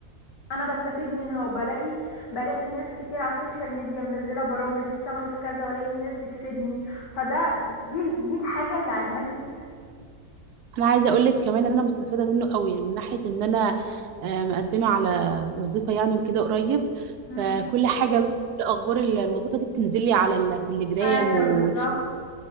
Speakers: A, on the left; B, on the right.
A: انا بستفيد منها وبلاقي بلاقي ناس كتير على السوشيال ميديا منزله برامج اشتغلوا في كذا والاقي ناس بتفيدني فده دي دي الحاجه اللي عجباني فيها
B: انا عايزه اقول لك كمان ان انا مستفاده منه قوي من ناحيه ان انا آه، مقدمه على وظيفه يعني وكده قريب
A: مم.
B: فكل حاجه بقى كل اخبار ال- الوظيفه دي بتنزل لي على التليجرام
A: ايوه
B: و...
A: بالظبط